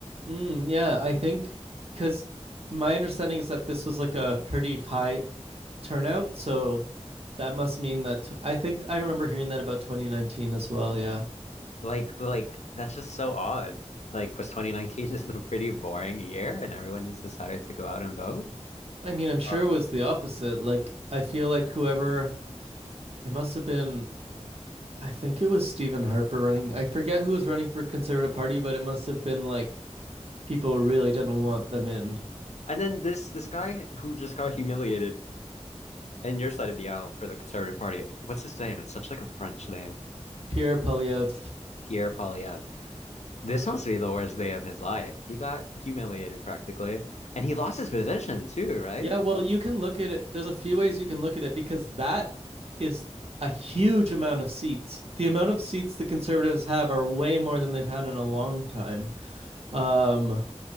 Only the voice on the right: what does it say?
Mm, yeah, I think because my understanding is that this was like a pretty high turnout, so that must mean that t- I think I remember hearing that about 2019 as well. Yeah,
I mean, I'm sure
it was the opposite. Like, I feel like whoever it must have been I think it was Stephen Harper running. I forget who was running for Conservative Party, but it must have been like people really didn't want them in.
Pierre Polyev.
Yeah, well, you can look at it. There's a few ways you can look at it because that is a huge amount of seats. The amount of seats the conservatives have are way more than they've had in a long time. Um,